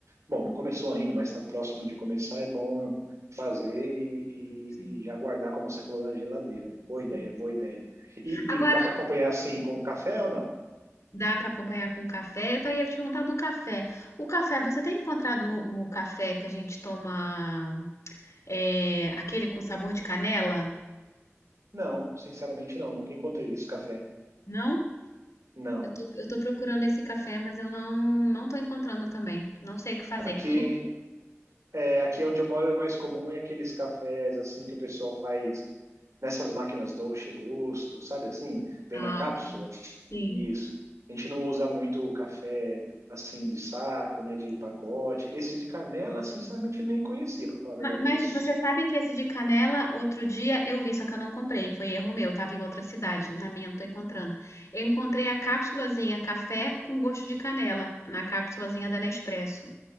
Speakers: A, on the right; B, on the left.
A: Bom, não começou ainda, mas está próximo de começar. É bom fazer e, e-
B: Sim,
A: e já guardar, como você falou, na geladeira. Boa
B: sim.
A: ideia, boa ideia. E,
B: Agora,
A: e dá para acompanhar assim com café ou não?
B: Dá para acompanhar com café. Eu até ia te perguntar do café. O café, você tem encontrado o o café que a gente toma, é, aquele com sabor de canela?
A: Não, sinceramente não. Nunca encontrei esse café.
B: Não?
A: Não.
B: Eu tô, eu tô procurando esse café, mas eu não não tô encontrando também. Não sei o que fazer.
A: Aqui,
B: Eu não...
A: é, aqui onde eu moro, o mais comum é aqueles cafés assim que o pessoal faz nessas máquinas Dolce Gusto, sabe assim? Vem
B: Ah,
A: na cápsula.
B: ok. Sim.
A: Isso. A gente não usa muito o café assim de saco, né, de pacote. Esse de canela, sinceramente, nem conhecia, para falar a
B: Ma-
A: verdade
B: Mas,
A: para você.
B: você sabe que esse de canela, outro dia eu vi, só que eu não comprei. Foi erro meu, tava em outra cidade. Na minha eu não tô encontrando. Eu encontrei a cápsulazinha café com gosto de canela, na cápsulazinha da Nespresso.